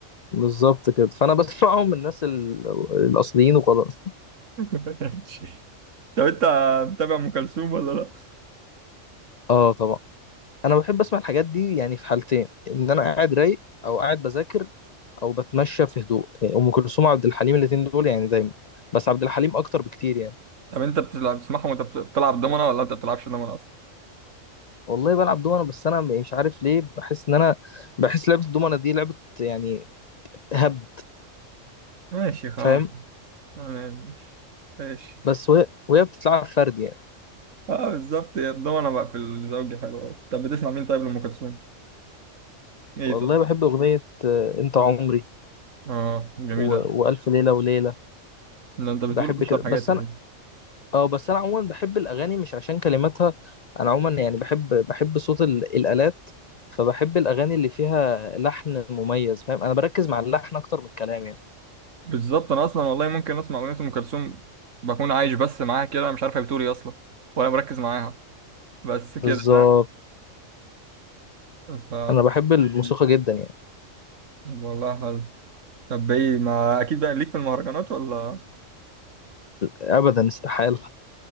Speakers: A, on the left; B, on the right.
A: بالظبط كده فانا بسمعهم من الناس ال- الاصليين وخلاص
B: ماشي. طب انت متابع ام كلثوم ولا لا؟
A: اه طبعا انا بحب اسمع الحاجات دي يعني في حالتين ان انا قاعد رايق او قاعد بذاكر او بتمشى في هدوء يعني ام كلثوم وعبد الحليم الاتنين دول يعني دايما بس عبد الحليم اكتر بكتير يعني
B: طب انت بتلعب بتسمعهم وانت بت- بتلعب دومنة ولا انت بتلعبش دومنة اصلا؟
A: والله بلعب دومنه بس انا مش عارف ليه بحس ان انا بحس لعبه الدومنه دي لعبه يعني هبد
B: ماشي خلاص
A: فاهم
B: تمام ماشي ماشي
A: بس وهي وهي بتتلعب فرد يعني
B: اه بالظبط هي الدومنة بقى في الزوجي حلوة أوي طب بتسمع مين طيب لأم كلثوم؟
A: والله
B: ايه طب؟
A: بحب اغنيه آه، انت عمري
B: اه جميلة
A: و... والف ليله وليله
B: ده انت بتقول
A: بحب
B: اشهر
A: كده بس
B: حاجات تقريبا
A: اه بس انا عموما بحب الاغاني مش عشان كلماتها انا عموما يعني بحب بحب صوت ال- الالات فبحب الاغاني اللي فيها لحن مميز فاهم انا بركز مع اللحن اكتر من الكلام يعني
B: بالظبط انا اصلا والله ممكن اسمع اغنية ام كلثوم بكون عايش بس معاها كده انا مش عارف هي بتقول ايه اصلا ولا مركز معاها بس كده
A: بالظبط
B: فاهم؟ ف
A: انا بحب الموسيقى جدا يعني
B: والله حلو طب ايه ما اكيد بقى ليك في المهرجانات ولا
A: ابدا استحاله